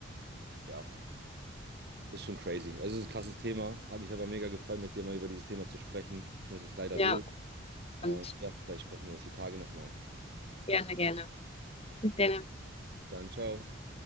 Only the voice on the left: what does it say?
ja,
und
gerne, gerne. Gerne.